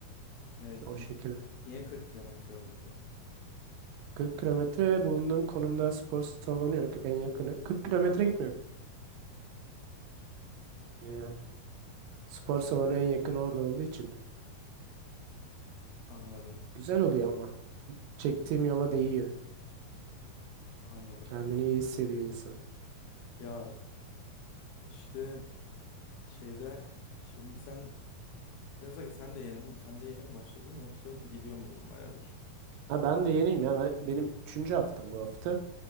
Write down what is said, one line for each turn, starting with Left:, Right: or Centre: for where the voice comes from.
Left: Ne,
Right: O
Left: niye,
Right: şekilde.
Left: niye 40 kilometre yol gidiyorsun?
Right: 40 kilometre bulunduğum konumda spor salonu yok. En yakını 40 kilometre gitmiyor yani. Spor
Left: Ha,
Right: salonu en yakın orada olduğu için.
Left: anladım.
Right: Güzel oluyor ama. Çektiğim yola değiyor.
Left: Anladım
Right: Kendini
Left: anladım.
Right: iyi hissediyor insan.
Left: Ya işte şeyde şimdi sen Nezahat sen de yeni, sen de yeni mi başladın yoksa bu- gidiyor muydun bayağıdır?
Right: Ha ben de yeniyim ya. Ben- benim üçüncü haftam bu hafta.